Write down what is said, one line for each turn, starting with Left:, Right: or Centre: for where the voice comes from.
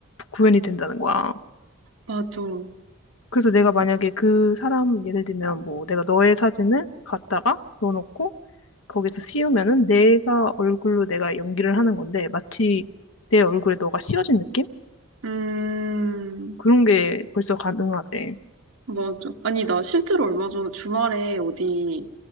Left: 구- 현이 된다는 거야.
Right: 맞아.
Left: 그래서 내가 만약에 그 사람 예를 들면 뭐 내가 너의 사진을 갖다가 넣어놓고 거기서 씌우면은 내가 얼굴로 내가 연기를 하는 건데 마치 내 얼굴에 너가 씌워진 느낌?
Right: 음,
Left: 그런 게 벌써 가능하대.
Right: 맞아. 아니, 나 실제로 얼마 전에 주말에 어디